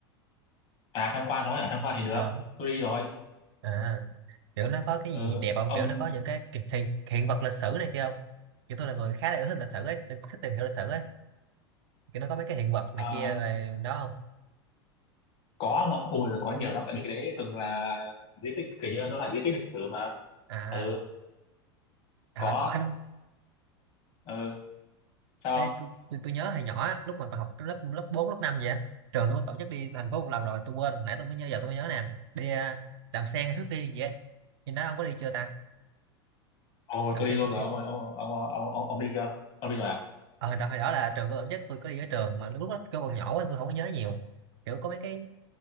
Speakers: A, on the left; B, on the right.
A: à tham quan thôi à tham quan thì được.
B: ờ
A: Tôi đi rồi.
B: à kiểu nó có cái
A: Ừ,
B: gì đẹp không
A: ông
B: kiểu nó có những cái ki- hiện, hiện vật lịch sử này kia không kiểu tôi là người khá là yêu thích lịch sử ấy tôi thích tìm hiểu lịch sử ấy kiểu nó có mấy cái hiện vật này
A: ờ,
B: kia về đó không
A: có mà ui rồi có nhiều lắm tại vì cái đấy từng là di tích kiểu như nó là di tích lịch sử mà.
B: à
A: Ừ,
B: à
A: có
B: đúng à đúng
A: ờ, ừ, sao
B: Ê,
A: không?
B: tôi, tôi, tôi nhớ hồi nhỏ á, lúc mà còn học lớp lớp 4 lớp 5 vậy á, trường tôi có tổ chức đi thành phố một lần rồi tôi quên nãy tôi mới nhớ giờ tôi mới nhớ nè đi à, làm sen hay xuất tiên gì ấy nhưng đó ông có đi chưa ta
A: Ồ,
B: làm
A: tôi
B: sen
A: đi luôn
B: xuất
A: rồi
B: tiên
A: ông ơi, ông ông ông ông, ông đi chưa? Ông đi rồi à?
B: ờ đợt hồi đó là trường tôi tổ chức tôi có đi với trường mà lúc đó tôi còn nhỏ quá tôi không có nhớ nhiều kiểu có mấy cái